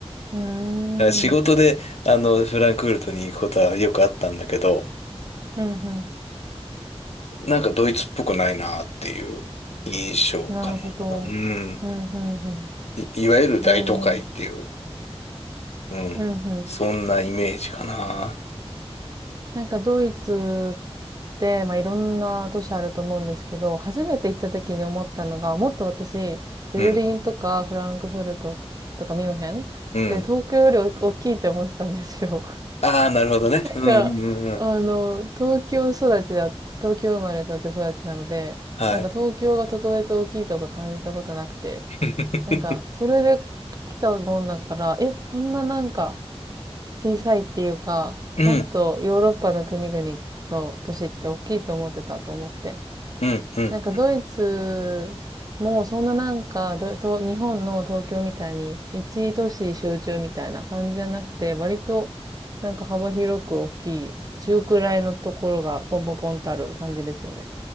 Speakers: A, on the right (about 35°); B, on the left (about 75°).
A: うん。
B: から仕事で、
A: うーん。
B: あの、フランクフルトに行くことはよくあったんだけど、
A: うんうん
B: なんかドイツっぽくないなっていう印象かな。
A: なるほど。
B: うん。
A: うん、うん、う
B: い、いわゆる大都会っていう、
A: ん。ええ、
B: うん。
A: うん、うん。
B: そんなイメージかな。
A: なんかドイツって、まあ、いろんな都市あると思うんですけど、初めて行った時に思ったのが、もっと私、ベルリンとかフランクフルトとかミュンヘンで、
B: うん、うん。
A: 東京より大きいって思ってたんですよ。<laughs>
B: ああ、なるほどね。
A: なんか、
B: うん、うん、
A: あの、
B: うん。
A: 東京育ちだ、東京生まれ東京育ちなので、
B: はい。
A: なんか東京が特別大きいとか感じたことなくて、
B: <laughs>
A: なんか、それで来たもんだから、え、こんななんか、小さいっていうか、
B: うん、
A: もっとヨーロッパの国々の都市って大きいと思ってたと思って。
B: うん、うん。
A: なんかドイツもそんななんかどと日本の東京みたいに一都市集中みたいな感じじゃなくて、割となんか幅広く大きい、中くらいのところがポンポンポンとある感じですよね。